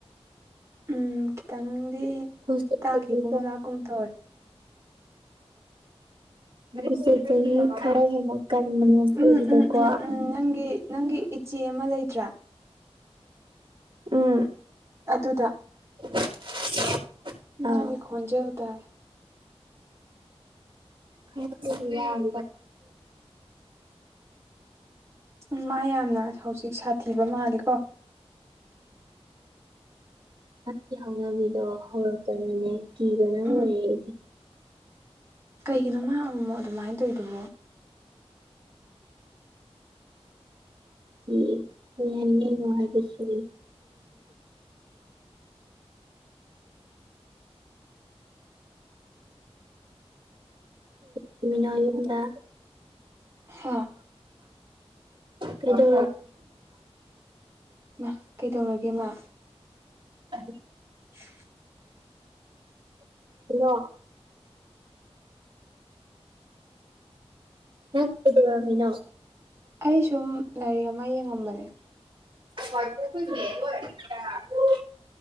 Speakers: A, on the right (about 25°); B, on the right (about 50°).
A: ꯎꯝ ꯈꯤꯇꯪꯗꯤ
B: ꯎꯆꯦꯛꯇꯒꯤ
A: ꯇꯥꯈꯤꯒꯨꯝ ꯂꯥꯛꯀꯨꯝ ꯇꯧꯋꯦ꯫
B: ꯎꯆꯦꯛꯇꯒꯤ <inaudible> ꯈꯔ ꯍꯦꯟꯅ ꯀꯟꯕꯅꯦ ꯑꯩꯈꯣꯏꯒꯤꯗꯤꯀꯣ꯫
A: ꯎꯝ ꯎꯝ ꯎꯝ ꯎꯝ ꯅꯪꯒꯤ ꯅꯪꯒꯤ ꯏꯆꯦ ꯑꯃ ꯂꯩꯇ꯭ꯔꯥ꯫
B: ꯎꯝ꯫
A: ꯑꯗꯨ ꯑꯗꯨꯗ
B: <unintelligible>
A: ꯃꯥꯒꯤꯦ
B: ꯑꯥ
A: ꯈꯣꯟꯖꯦꯇꯥꯦ
B: ꯍ ꯌꯥꯝ
A: ꯎꯝ ꯃꯥ ꯌꯥꯝꯅ ꯍꯧꯖꯤꯛ ꯁꯥꯊꯤꯕ ꯃꯥꯜꯂꯤꯀꯣ
B: ꯑꯩꯒꯤ ꯍꯧꯅꯕꯤꯗꯣ ꯍꯧꯔꯛꯇꯅꯅꯦ ꯀꯤꯕꯅ ꯂꯣꯏꯔꯦꯗꯤ
A: ꯎꯝ ꯀꯩꯒꯤꯅꯣ ꯃꯥ ꯑꯃꯨꯃꯣ ꯑꯗꯨꯃꯥꯏꯅ ꯇꯧꯔꯤꯗꯨꯕꯣ
B: ꯑꯥ ꯅꯤꯅꯨꯡꯉꯥꯏꯒꯁ ꯐꯃꯤꯅꯣ ꯌꯨꯝꯗ
A: ꯍꯥꯥ
B: ꯀꯩꯗ
A: ꯃꯥ ꯀꯩꯗꯧꯔꯒꯦ ꯃꯥ
B: ꯑꯗꯨ
A: <unintelligible> <unintelligible>
B: ꯣ ꯅꯪ ꯀꯗꯃꯤꯅꯣ
A: ꯑꯩ ꯁꯨꯝ ꯂꯥꯏꯔꯤꯛ ꯑꯃ ꯌꯦꯡꯉꯝꯕꯅꯦ
B: ꯍ ꯀꯣꯏ ꯃꯦꯣ